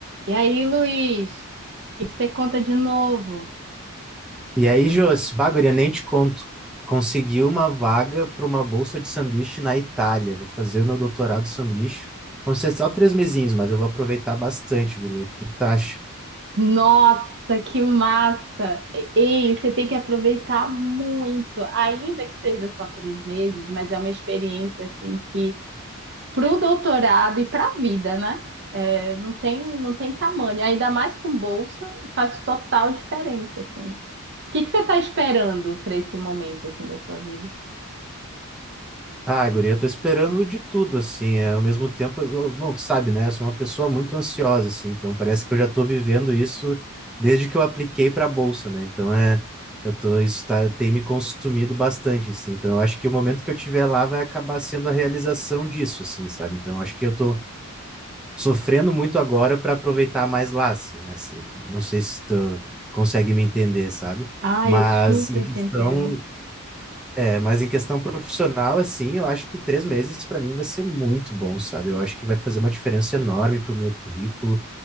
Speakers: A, on the right (about 50°); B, in the centre.
A: E aí, Luiz, o que que você conta de novo?
B: E aí, Josi, bagulho, nem te conto. Consegui uma vaga para uma bolsa de sanduíche na Itália. Vou fazer o meu doutorado de sanduíche. Vão ser só três mesinhos, mas eu vou aproveitar bastante, guria. O que que tu acha?
A: Nossa, que massa! E- Ei, você tem que aproveitar muito, ainda que seja só três meses, mas é uma experiência assim que para o doutorado e para a vida, né? É, não tem, não tem tamanho. Ainda mais com bolsa, faz total diferença, assim. O que que você está esperando para esse momento assim da sua vida?
B: Ah, guria, eu tô esperando de tudo, assim, é, ao mesmo tempo, eu- bom, tu sabe, né, eu sou uma pessoa muito ansiosa, assim, então parece que eu já tô vivendo isso desde que eu apliquei pra bolsa, né, então é, eu tô, isso tá, tem me consumido bastante, assim, então eu acho que o momento que eu tiver lá vai acabar sendo a realização disso, assim, sabe, então eu acho que eu tô sofrendo muito agora pra aproveitar mais lá, assim, assim, não sei se tu consegue me entender, sabe,
A: Ah,
B: mas
A: eu super
B: em questão...
A: te entendo.
B: É, mas em questão profissional, assim, eu acho que três meses para mim vai ser muito bom, sabe? Eu acho que vai fazer uma diferença enorme para o meu currículo,